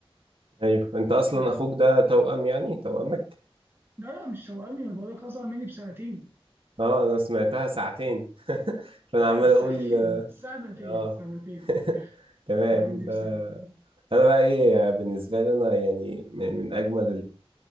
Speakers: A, on the right (about 60°); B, on the right (about 20°).
A: أيوه أنت أصلا
B: ف
A: أخوك ده توأم يعني توأمك
B: لا لا، مش توأمي انا بقول لك اصغر مني بسنتين
A: أه أنا سمعتها ساعتين <laughs> فأنا
B: لا
A: عمال
B: بساعتين
A: أقول
B: <laughs> سنتين
A: أه
B: سنتين
A: <laughs> تمام
B: اصغر مني بسنتين
A: آه، أنا بقى إيه بالنسبة لي أنا يعني من أجمل